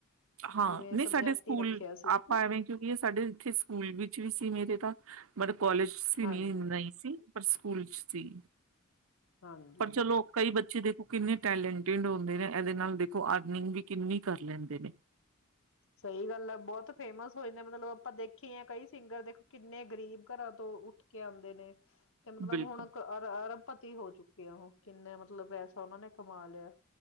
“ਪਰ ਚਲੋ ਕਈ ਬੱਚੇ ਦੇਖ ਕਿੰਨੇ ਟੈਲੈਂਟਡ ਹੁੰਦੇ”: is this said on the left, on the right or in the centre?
Right